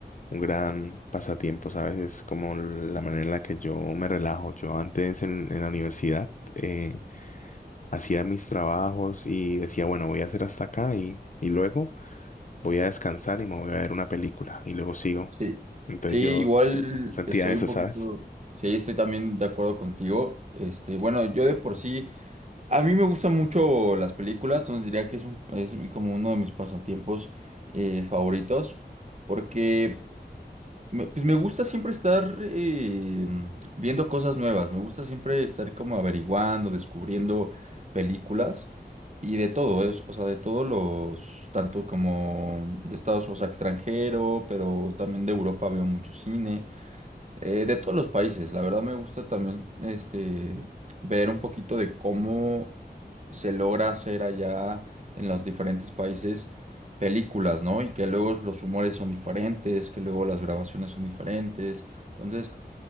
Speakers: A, on the left (about 45°); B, on the right (about 40°).
A: un gran pasatiempo, ¿sabes? Es como la manera en la que yo me relajo. Yo antes en, en la universidad, eh, hacía mis trabajos y decía, bueno, voy a hacer hasta acá y, y luego voy a descansar y me voy a ver una película y luego sigo.
B: Sí,
A: Entonces
B: sí, igual
A: yo sentía
B: estoy
A: eso,
B: un poquito,
A: ¿sabes?
B: sí, estoy también de acuerdo contigo. Este, bueno, yo de por sí, a mí me gustan mucho las películas, entonces diría que es, un- es como uno de mis pasatiempos eh, favoritos, porque me- Pues me gusta siempre estar eh, viendo cosas nuevas, me gusta siempre estar como averiguando, descubriendo películas y de todo, es, o sea, de todos los, tanto como de Estados, o sea, extranjero, pero también de Europa veo mucho cine. Eh, de todos los países, la verdad me gusta también este, ver un poquito de cómo se logra hacer allá en los diferentes países películas, ¿no? Y que luego los humores son diferentes, que luego las grabaciones son diferentes. Entonces,